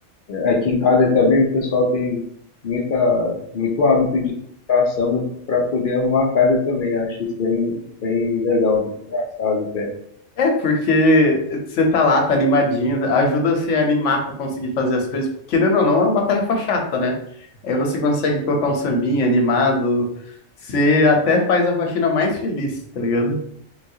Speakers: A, on the left (about 55°); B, on the left (about 70°).
A: aqui em casa também o pessoal tem muita, muito hábito de escutar samba para poder arrumar a casa também. Acho isso bem, bem legal, bem engraçado, até.
B: É porque você tá lá, tá animadinho, ajuda você a animar para conseguir fazer as coisas. Querendo ou não, é uma tarefa chata, né? Aí você consegue colocar um sambinha animado, você até faz a faxina mais feliz, tá ligado?